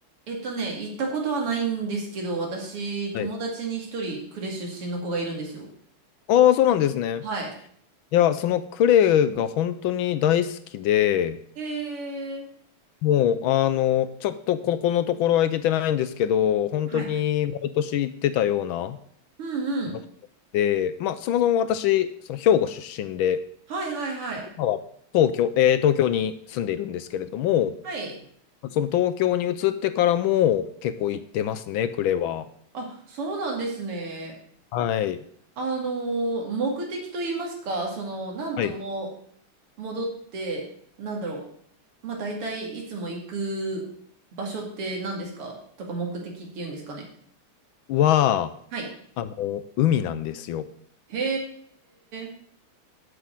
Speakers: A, on the right; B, on the left.
A: えっとね、行ったことはないんですけど、私、友達に一人、
B: い。
A: 呉出身の子がいるんですよ。
B: ああ、そうなんですね。
A: はい。
B: いや、その呉が本当に大好きで、
A: へー、
B: もう、あの、ちょっとここのところは行けてないんですけど、本当に毎年行ってたような
A: はい。うんうん。
B: 場所で、まあ、そもそも私、その兵庫出身で、
A: はいはいはい。
B: 今は東京、えー東京に住んでいるんですけれども、
A: はい。
B: その東京に移ってからも結構行ってますね、呉は。
A: あ、そうなんですね。
B: はい。
A: あのー、目的と言いますか、その、何度も
B: はい。
A: 戻って、なんだろう。まあ、大体いつも行く場所って何ですかとか目的って言うんですかね。
B: は、
A: はい。
B: あの、海なんですよ。
A: へー。